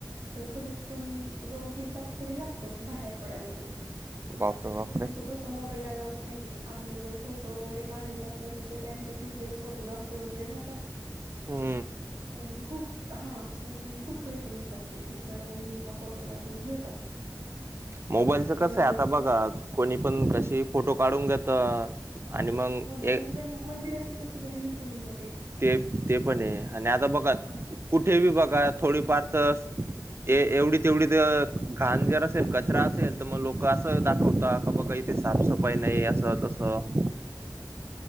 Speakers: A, on the right; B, on the right.
A: तर कमीत कमी दोन तीन तास तरी लागतात बाहेर पडायला तेथून
B: बापरे बापरे
A: पण तिथं कसं मोबाईल अलाउड नाहीये आपल्याला जर फोटो वगैरे काढायचे असल्या तर ते त्यांचेच तिथलेच फोटो <inaudible> फोटोग्राफर वगैे राहतात
B: ह
A: पण खूप हा पण खूप पैसे घेतात ते सत्तरऐंशी का फोटोला ते घेतात
B: मोबाईलच कसं
A: जेवायची
B: आहे आता बघा कोणी पण कशी फोटो काढून घेत मग
A: हो ना म्हणजे
B: ए
A: त्या मंदिराची कस व्हॅल्यू कमी होत
B: ते ते पण आहे आणि आता बघा
A: हो
B: कुठे बी बघा थोडीफार तर ए एवढीच. तेवढी तर घाण जर असेल कचरा असेल तर मग लोक असं दाखवत का बघा इथे साफसफाई नाही. <unintelligible>
A: <inaudible>